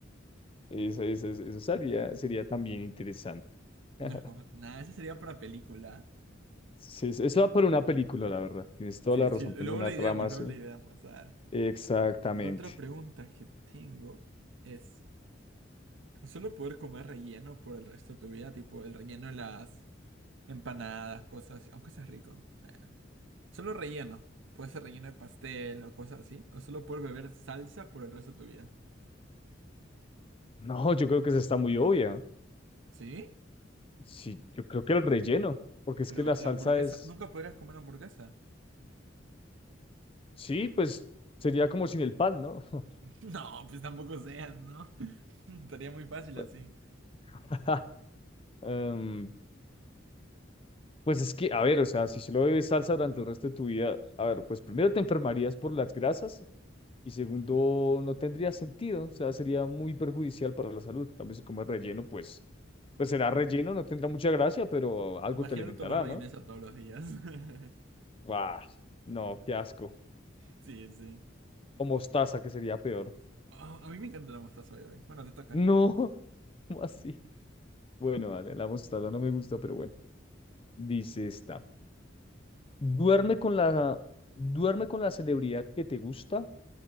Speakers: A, on the left; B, on the right.
A: Eso, eso, eso eso sería, sería también interesante. <laughs>
B: No es como, nada, esa sería para película.
A: Sí, Eso eso va por una película, la verdad. Tienes toda
B: Sí,
A: la razón,
B: sí, luego
A: alguna
B: la
A: trama,
B: ideamos, luego
A: sí.
B: la ideamos. A ver,
A: Exactamente.
B: la otra pregunta que tengo es... Solo poder comer relleno por el resto de tu vida, tipo el relleno de las empanadas, cosas así, aunque sea rico. bueno. Solo relleno. Puede ser relleno de pastel o cosas así. O solo poder beber salsa por el resto de tu vida.
A: No, yo creo que esa está muy obvia.
B: ¿Sí?
A: Sí, yo creo que el relleno, porque es
B: Pero
A: que la salsa
B: la hamburguesa,
A: es,
B: ¿nunca podrías comer hamburguesa?
A: sí, pues sería como sin el pan, ¿no? <laughs>
B: <laughs> No, pues tampoco seas, ¿no? <laughs> Estaría muy fácil
A: Pues
B: así.
A: <laughs> Em, pues es que, a ver, o sea, si solo bebes salsa durante el resto de tu vida, a ver, pues primero te enfermarías por las grasas Y segundo, no tendría sentido, o sea, sería muy perjudicial para la salud. También si comes relleno, pues, pues será relleno, no tendrá mucha gracia, pero algo
B: Imagínate
A: te alimentará,
B: tomar mayonesa
A: ¿no?
B: todos los días. <laughs>
A: ¡Guau! No, qué asco.
B: Sí, sí.
A: O mostaza, que sería peor.
B: Oh, a mí me encanta la mostaza hoy, güey. Bueno, te toca.
A: No, <laughs> ¿cómo así? Bueno, vale, la mostaza no me gusta, pero bueno. Dice esta. Duerme con la, duerme con la celebridad que te gusta